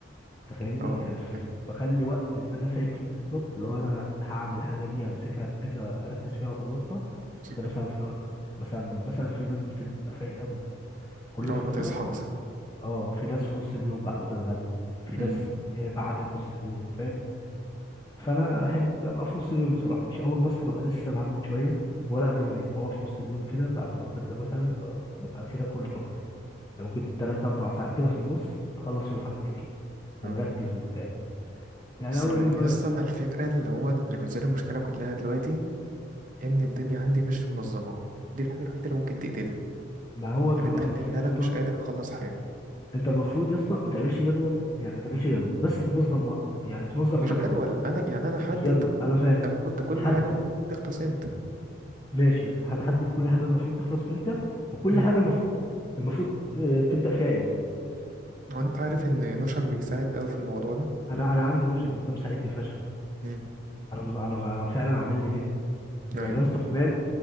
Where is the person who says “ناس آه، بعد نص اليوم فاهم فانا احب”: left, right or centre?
Left